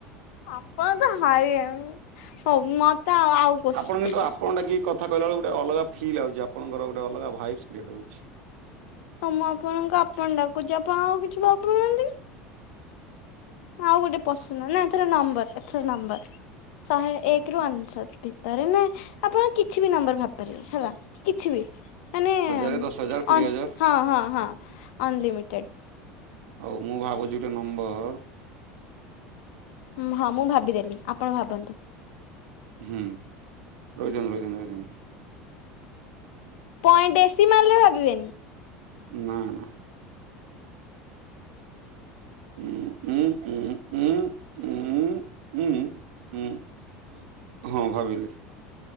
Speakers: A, on the left (about 70°); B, on the right (about 70°).
A: ଆପଣ ତ ହାରି ବେ ଉଁ ହଉ ମତେ ଆଉ କୋଶ୍ଚିନ୍
B: ଆପଣ କିନ୍ତୁ
A: ପଚାର।
B: ଆପଣ ଡାକିକି କଥା କହିଲା ବେଳେକୁ ଗୋଟେ ଅଲାଗା ଫିଲ୍ ଆଉଛି ଆପଣଙ୍କର ଗୋଟେ ଅଲଗା ଭାଇବସ୍ କ୍ରିଏଟ ହଉଛି।
A: ହଉ ମୁଁ ଆପଣଙ୍କୁ ଆପଣ ଡାକୁଛି ଆପଣ ଆଉ କିଛି ଭାବୁ ନାହାନ୍ତି। ଆଉ ଗୋଟେ ପଶୁ ନା ଏଥର ନମ୍ବର ଏଥର ନମ୍ବର। ଶହେ ଏକ ରୁ ଅନ୍ସ୍ୱାର ଭିତରେ ନାଇ ଆପଣ କିଛି ବି ନମ୍ବର ଭାବିପାରିବେ ହେଲା। କିଛି ବି ମାନେ
B: ହଜାରେ ଦଶ ହଜାର କୋଡିଏ
A: ହଁ,
B: ହଜାର
A: ହଁ, ହଁ ଅନ୍ ଲିମିଟେଡ୍। ଆନଲିମିଟର୍ଡ।
B: ହଉ ମୁଁ ଭାବୁଛି ଗୋଟେ ନମ୍ବର।
A: ଉଁ, ହଁ, ମୁଁ ଭାବିଦେଲି ଆପଣ ଭାବନ୍ତୁ।
B: ହୁଁ, ରହି ଥାଆନ୍ତୁ ରହି ଥାଆନ୍ତୁ।
A: ପଏ ବେଶି ମାରିଲେ ଭାବିବେନି।
B: ନା, ନା। ଉଁ, ଉଁ, ଉଁ, ଉଁ, ଉଁ, ଉଁ। ଉଁ ଉଁ ହଁ ଭାବିଲି।